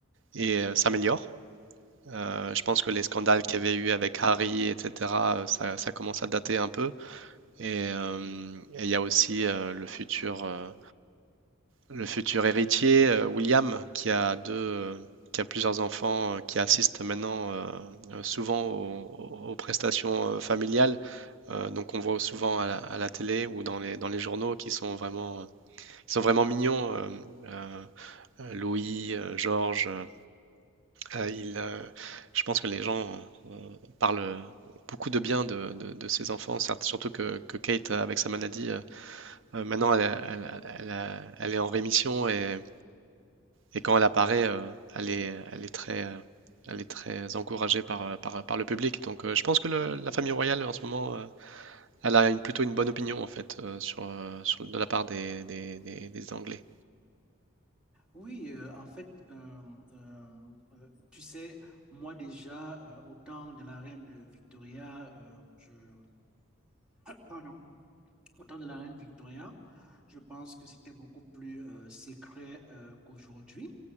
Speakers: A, on the right; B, in the centre.
A: est- euh, s'améliore. Euh, je pense que les scandales qu'il y avait eu avec Harry, etc., euh, ça, ça commence à dater un peu. Et euh, et il y a aussi euh, le futur, euh, le futur héritier, euh, William, qui a deux, euh, qui a plusieurs enfants, euh, qui assistent maintenant euh, euh, souvent aux, aux- aux prestations euh, familiales. Euh, donc on voit souvent à la, à la télé ou dans les, dans les journaux qui sont vraiment, ils sont vraiment mignons. euh, euh, euh, Louis, euh, Georges, euh, euh, il, euh, je pense que les gens euh, parlent beaucoup de bien de, de, de ces enfants, certes- surtout que, que Kate, euh, avec sa maladie, euh, euh, maintenant elle, a- elle elle elle est en rémission et, et quand elle apparaît, euh, elle est, elle est très... euh, Elle est très encouragée par, euh, par, par le public. Donc, euh, je pense que le- la famille royale en ce moment euh, Elle a une, plutôt une bonne opinion en fait euh, sur, euh, sur- de la part des, des- des- des Anglais.
B: Oui, euh, en fait, euh, euh, euh, tu sais, moi déjà, euh, au temps de la reine Victoria, euh, je, pardon, au temps de la reine Victoria, je pense que c'était beaucoup plus euh, secret euh, qu'aujourd'hui.